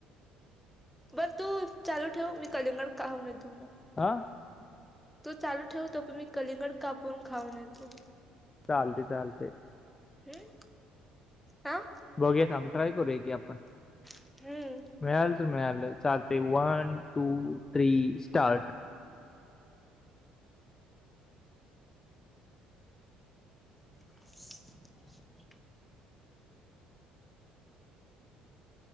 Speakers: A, in the centre; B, on the left.
A: बरं तू चालू ठेव मी कलिंगड खाऊन येतो मग.
B: हां
A: तू चालू ठेव तोपर्यंत मी कलिंगड कापून खाऊन येतो.
B: चालतंय चालतंय.
A: हंम हा
B: बघूया थांब ट्राय करूया की आपण.
A: हम्म
B: मिळालं तर मिळालं चालतंय वन टू थ्री स्टार्ट
A: <inaudible>